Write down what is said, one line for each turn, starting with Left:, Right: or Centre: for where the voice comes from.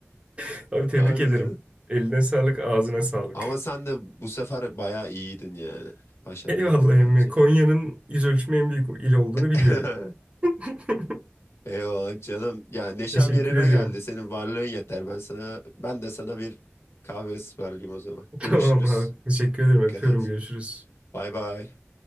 Right: <laughs> Abi tebrik
Left: Harbiden.
Right: ederim. Eline sağlık, ağzına sağlık.
Left: Ama sen de bu sefer bayağı iyiydin yani. Başarılıydın
Right: Eyvallah
Left: bence.
Right: emmi. Konya'nın yüz ölçümü en büyük il olduğunu
Left: <laughs>
Right: biliyorum. <laughs>
Left: Eyvallah canım. Ya neşem
Right: Teşekkür
Left: yerine
Right: ederim.
Left: geldi. Senin varlığın yeter. Ben sana ben de sana bir kahve ısmarlayayım o zaman. Görüşürüz.
Right: Tamam abi. Teşekkür ederim.
Left: Dikkat
Right: Öpüyorum.
Left: et.
Right: Görüşürüz.
Left: Bay bay.